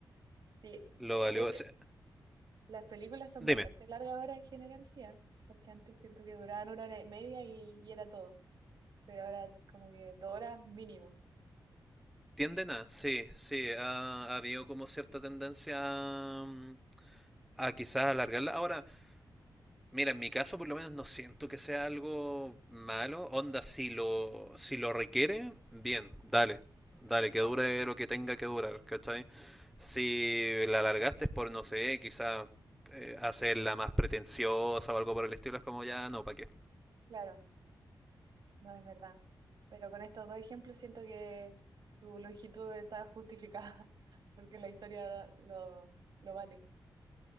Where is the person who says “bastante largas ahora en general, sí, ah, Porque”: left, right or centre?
Right